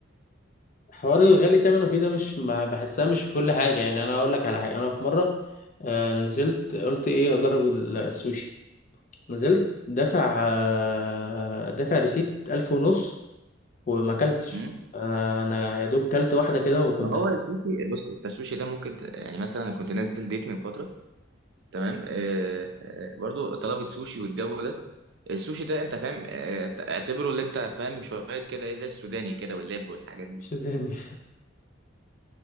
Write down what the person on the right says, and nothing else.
فاهم
ما هو السوشي بص السوشي ده ممكن ت- يعني مثلا انا كنت نازل ديت من فتره تمام آه آه برضو طلبت سوشي والجو ده السوشي ده انت فاهم آه اعتبره اللي انت فاهم شويه كده ايه زي السوداني كده واللب والحاجات دي